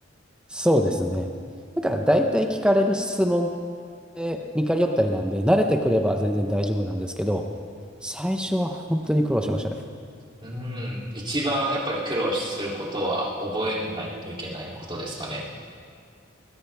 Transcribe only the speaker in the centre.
そうですね。なんか大体聞かれる質問で似通ったりなんで、慣れてくれば全然大丈夫なんですけど、最初は本当に苦労しましたね。